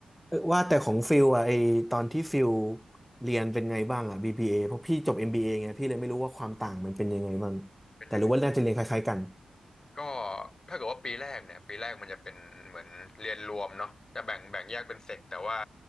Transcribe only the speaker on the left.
เป็นยังไง
ก็ถ้าเกิดว่าปีแรกเนี่ยปีแรกมันจะเป็นเหมือนเรียนรวมเนาะจะแบ่งแบ่งแยกเป็นเซกแต่ว่า